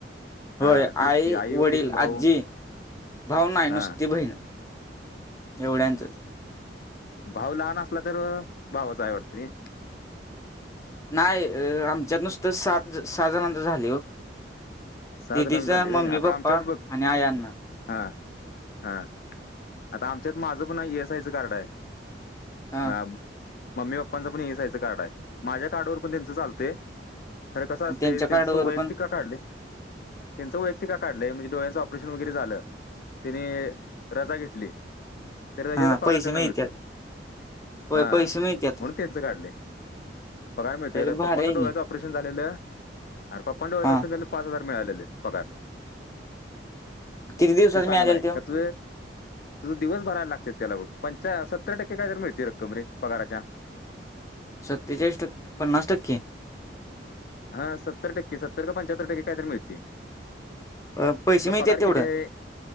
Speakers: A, on the left (about 20°); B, on the left (about 55°).
A: होय
B: हा तेच
A: आई,
B: की
A: वडील, आज्जी
B: भाऊ
A: भाऊ आहे नुसती
B: हा
A: बहीण एवढ्यांच
B: भाऊ लहान असला तर भावाच आहे वाटतं रे
A: नाही आमच्यात नुसत सात, सहा जणांच झालय हो
B: सहा
A: दिदीच,
B: जणांना झाले व्हय
A: मम्मी,
B: आता
A: पप्पा
B: आमच्यात बघ
A: आणि आई, अण्णा
B: हा, हा आता आमच्यात माझं पण एस आयचं कार्ड आहे
A: हा
B: म मम्मी, पप्पांचं पण इएसआय चं कार्ड आहे माझ्या कार्डावर पण त्यांचं चालतय तर कसं
A: आणि
B: असतय
A: त्यांच्या
B: त्यांचं
A: कार्डवर
B: वैयक्तिक
A: पण
B: का काढलय त्यांचं वैयक्तिक का काढलंय म्हणजे डोळ्यांचं ऑपरेशन वगैरे झालं त्यांनी रजा घेतली तर रजेचा
A: हा
B: पगार
A: पैसे
B: त्यांना
A: मिळत्यात
B: मिळतोय
A: होय
B: हा
A: पैसे मिळत्यात
B: म्हणून त्यांच काढलय पगार मिळतय
A: तरी
B: र
A: भारी
B: पप्पांचा
A: आहे की
B: डोळ्याचा ऑपरेशन झालेलं अर पप्पांच्या डोळ्याचं
A: हा
B: पाच हजार मिळालेले पगार
A: किती दिवसात
B: ते चांगलाय
A: मिळालेल त्यो
B: कस तुझं दिवस भरायला लागत त्याला पणच्या सत्तर टक्के काय तर मिळते रक्कम रे पगाराच्या
A: सत्तेचाळीस टक्के, पन्नास टक्के
B: हा सत्तर टक्के, सत्तर का पंच्यातर टक्के कायतरी मिळतीय
A: अ, पैसे
B: ज
A: मिळत्यात
B: पगार
A: तेवढं
B: किती आहे